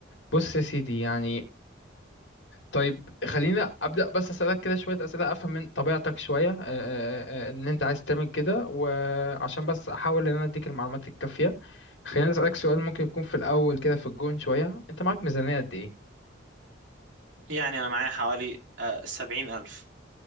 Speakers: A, on the left; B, on the right.
A: بص يا سيدي يعني طيب خلينا ابدا بس اسالك كده شويه اسئله افهم من طبيعتك شويه آه، آه، آه، آه، ان انت عايز تعمل كده وعشان بس احاول ان انا اديك المعلومات الكافيه خلينا اسالك سؤال ممكن يكون في الاول كده في الجون شويه انت معاك ميزانيه قد ايه
B: يعني انا معايا حوالي آه، سبعين الف